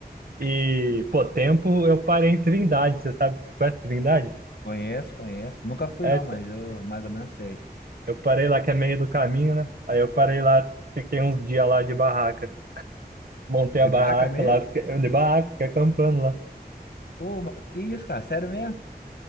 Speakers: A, on the right; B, on the left.
A: E, pô, tempo eu parei em Trindade, você sabe, conhece Trindade?
B: Conheço, conheço. Nunca fui
A: É,
B: não,
A: t-
B: mas eu mais ou menos sei.
A: eu parei lá que é meio do caminho, né? Aí eu parei lá, fiquei uns dias lá de barraca, montei
B: De
A: a barraca
B: barraca mesmo?
A: lá, fiquei, de barraca, fiquei acampando lá.
B: Pô, ma- que isso, cara? Sério mesmo?